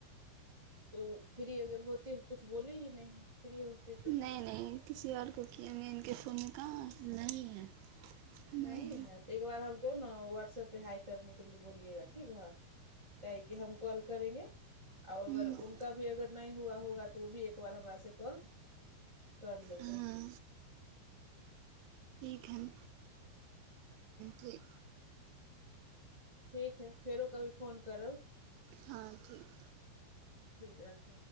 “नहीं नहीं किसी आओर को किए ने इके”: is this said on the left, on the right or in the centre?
Right